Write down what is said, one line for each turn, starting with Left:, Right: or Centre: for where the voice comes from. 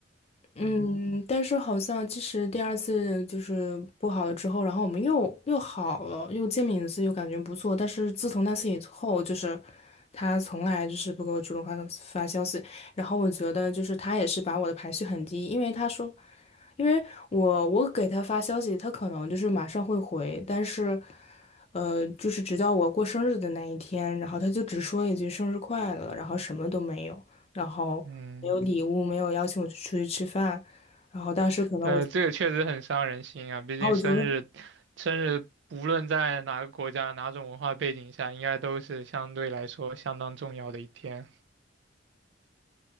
Left: 嗯，
Right: 嗯
Left: 但是好像其实第二次就是不好了之后，然后我们又又好了，又见面一次，又感觉不错。但是自从那次以后，就是他从来就是不给我主动发发消息，然后我觉得就是他也是把我的排序很低，因为他说，因为我我给他发消息，他可能就是马上会回，但是呃，就是直到我过生日的那一天，然后他就只说一句生日快乐，然后什么都没有。然后没有礼物，
Right: 嗯。
Left: 没有邀请我去出去吃饭，然后当时可能我，
Right: 对，
Left: 然
Right: 这个确实很伤人心啊，毕竟生日，
Left: 后我就问，
Right: 生日无论在哪个国家、哪种文化背景下，应该都是相对来说相当重要的一天，